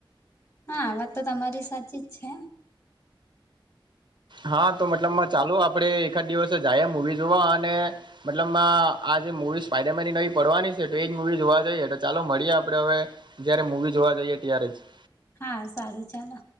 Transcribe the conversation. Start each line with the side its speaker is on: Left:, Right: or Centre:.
Left: હા વાત તો તમારી સાચી જ છે
Right: હા તો મતલબ ચાલો આપણેે એકાદ દિવસે જાયએ મુવી જોવા અને મતલબ માં આ જે મુવીઝ ફાયદામેની નવી પડવાની છે તો એ જ મુવી જોવા જઈએ તો ચાલો મળીએ આપડે હવે જયારે મૂવી જોવા જઈએ ત્યારે જ-
Left: હા સારું ચાલો